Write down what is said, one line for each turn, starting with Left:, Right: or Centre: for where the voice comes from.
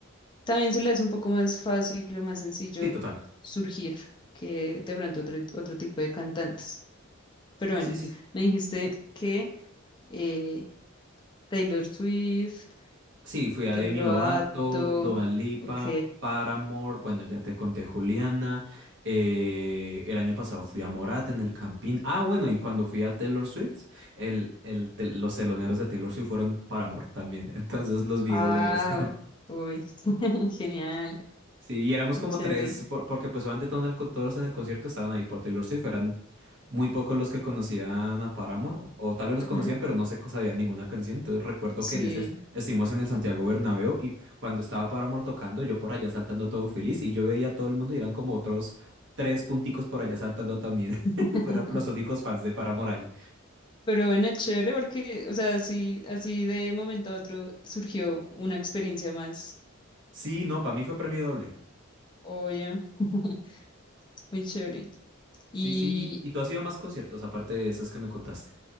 Left: también se le hace un poco más fácil o más sencillo
Right: Sí, total.
Left: surgir que de pronto otro, otro tipo de cantantes. Pero
Right: Sí,
Left: bueno,
Right: sí,
Left: me dijiste que eh, Taylor Swift.
Right: Sí, fui a
Left: Demi
Right: Demi
Left: Lovato,
Right: Lovato, Dua Lipa,
Left: ok.
Right: Paramore, bueno, ya te conté Juliana, eh, el año pasado fui a Morat en el Campín, ah, bueno, y cuando fui a Taylor Swift, el, el, tel- los teloneros de Taylor Swift fueron Paramore también, <laughs> entonces los vi
Left: Ah,
Right: doble vez.
Left: uy, <laughs> genial,
Right: Sí, y éramos
Left: qué
Right: como
Left: chévere.
Right: tres, por- porque pues obviamente todo en el co- todos en el concierto estaban ahí por Taylor Swift, eran muy pocos los que conocían a Paramore, o tal vez los
Left: Ujú,
Right: conocían, pero no se co- sabían ninguna canción, entonces recuerdo
Left: Sí,
Right: que en ese es- estuvimos en el Santiago Bernabéu y cuando estaba Paramore tocando, yo por allá saltando todo feliz y yo veía a todo el mundo y eran como otros tres punticos por allá saltando también, <laughs>
Left: <laughs>
Right: eran los únicos fans de Paramore ahí.
Left: pero bueno, chévere porque, o sea, así, así de momento a otro surgió una experiencia más,
Right: Sí, no, para mí fue premio doble.
Left: oye, <laughs> muy chévere. Y
Right: Sí, sí, y, y tú has ido a más conciertos aparte de esos que me contaste.